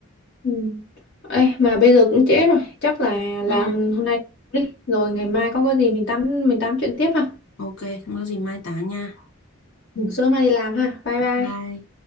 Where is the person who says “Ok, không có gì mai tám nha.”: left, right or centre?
Left